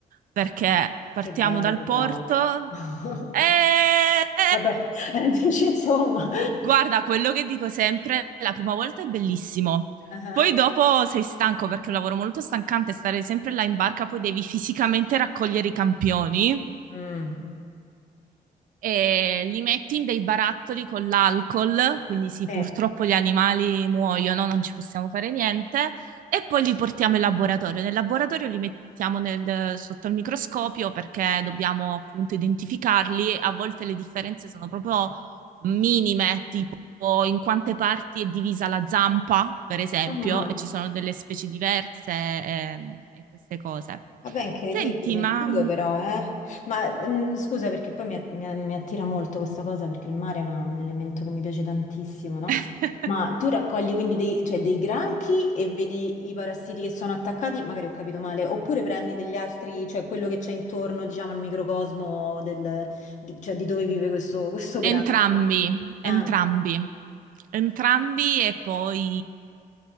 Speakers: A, on the right; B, on the left.
A: perché partiamo
B: Che bello
A: dal porto
B: però. <laughs>
A: e... <laughs>
B: Vabbè, <laughs> dici insomma.
A: Guarda, quello che dico sempre, la prima volta è bellissimo.
B: Ah,
A: Poi dopo sei stanco perché è un lavoro molto stancante stare sempre là in barca, poi devi fisicamente raccogliere i campioni
B: mm.
A: e li metti in dei barattoli con l'alcol, quindi sì,
B: Sì.
A: purtroppo gli animali muoiono, non ci possiamo fare niente, e poi li portiamo in laboratorio. Nel laboratorio li mettiamo nel- sotto il microscopio perché dobbiamo appunto identificarli, a volte le differenze sono proprio minime, tipo in quante parti è divisa la zampa, per esempio,
B: Ah,
A: e ci sono delle specie diverse ehm, e queste cose.
B: vabbè, incredibile,
A: Senti, ma...
B: figo però, eh. Ma mm, scusa perché poi mi, att- mi- mi attira molto questa cosa perché il mare è una- un elemento che mi piace tantissimo, no?
A: <laughs>
B: Ma tu raccogli quindi dei, cioè, dei granchi e vedi i parassiti che sono attaccati, magari ho capito male, oppure prendi degli altri, cioè quello che c'è intorno, diciamo, al microcosmo del, di, cioè, di dove vive questo, questo granchio.
A: Entrambi,
B: Ah.
A: entrambi, entrambi e poi...